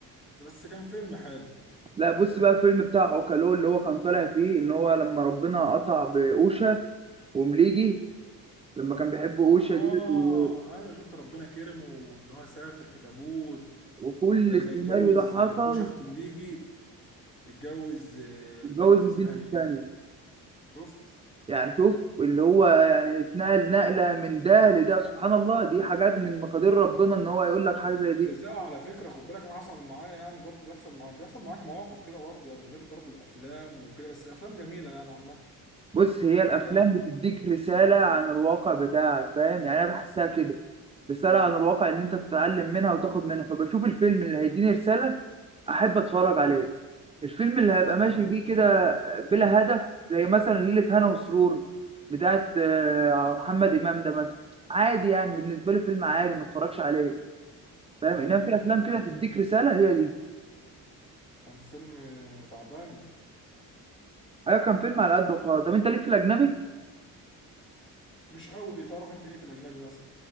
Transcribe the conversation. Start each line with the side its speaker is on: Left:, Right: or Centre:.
Left: بس كان فيلم حلو
Right: لا بص بقى فيلم بتاع عوكلو اللي هو كان طالع فيه ان هو لما ربنا قطع بأوشا ومليجي لما كان بيحب أوشا
Left: اه
Right: دي و...
Left: ايوه شفت ربنا كرمه وان هو سافر في تابوت
Right: وكل
Left: بدل
Right: السيناريو
Left: ما يتجوز
Right: ده حصل
Left: آه، بوشا ختمليجي اتجوز آه، البت
Right: واتجوز البنت
Left: اسمها
Right: التانية
Left: ايه شفت
Right: يعني شوف اللي هو يعني اتنقل نقلة من ده لده سبحان الله دي حاجات من مقادير ربنا ان هو يقول لك حاجة زي دي
Left: الرزاق على فكره خد بالك انا حصل معايا يعني برضه بيحصل معاك بيحصل معاك مواقف كده برضه يعني غير برضه الافلام وكده بس الافلام جميله يعني عامه
Right: بص هي الافلام
Left: حاجه
Right: بتديك رساله عن الواقع بتاعك فاهم يعني انا بحسها كده رساله عن الواقع ان انت تتعلم منها وتاخد منها فبشوف الفيلم اللي هيديني رساله احب اتفرج عليه الفيلم اللي هبقى ماشي
Left: اه
Right: بيه كده بلا هدف زي مثلا ليلة هنا وسرور بتاعت آه، محمد إمام ده مثلا عادي يعني بالنسبة لي فيلم عادي ما اتفرجش عليه فاهم
Left: ده
Right: إنما
Left: كان
Right: في
Left: وحش
Right: أفلام
Left: بقى
Right: كده
Left: ولا
Right: تديك
Left: إيه؟
Right: رسالة هي دي
Left: كان فيلم آه، تعبان
Right: أيوة كان فيلم على قد وقال طب أنت ليك في الأجنبي؟
Left: مش قوي تعرف انت ايه في الاجنبي مثلا